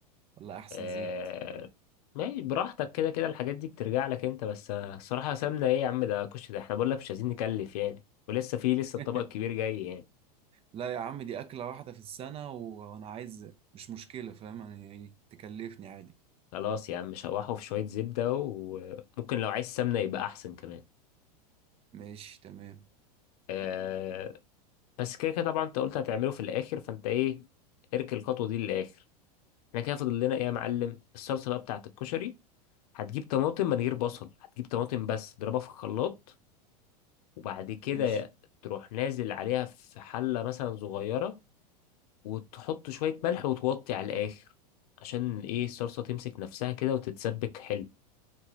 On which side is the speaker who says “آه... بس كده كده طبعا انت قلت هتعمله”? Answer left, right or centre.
Left